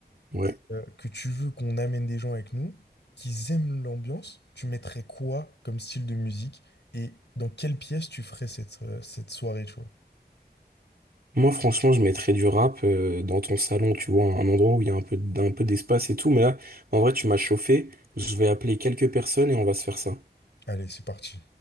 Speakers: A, on the right (about 60°); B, on the left (about 85°).
A: ouais.
B: et euh, que tu veux qu'on amène des gens avec nous qui aiment l'ambiance. Tu mettrais quoi comme style de musique et dans quelle pièce tu ferais cette, euh, cette soirée, tu vois?
A: Moi, franchement, je mettrais du rap euh, dans ton salon, tu vois, un endroit où il y a un peu, d- un peu d'espace et tout. Mais là, en vrai, tu m'as chauffé. Je vais appeler quelques personnes et on va se faire ça.
B: Allez, c'est parti.